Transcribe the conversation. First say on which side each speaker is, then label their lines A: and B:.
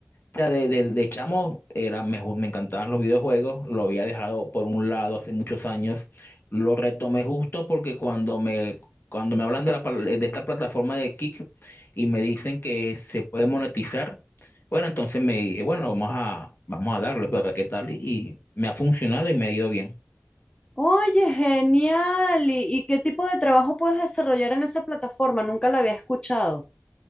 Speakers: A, on the left; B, on the left.
A: O sea, de, de, de chamo era, me, ju- me encantaban los videojuegos, lo había dejado por un lado hace muchos años, lo retomé justo porque cuando me, cuando me hablan de, la, pal- de esta plataforma de Kick y me dicen que se puede monetizar, bueno, entonces me dije, bueno, vamos a, vamos a darle, pero a ver qué tal, y me ha funcionado y me ha ido bien.
B: Oye, genial. ¿Y, y qué tipo de trabajo puedes desarrollar en esa plataforma? Nunca lo había escuchado.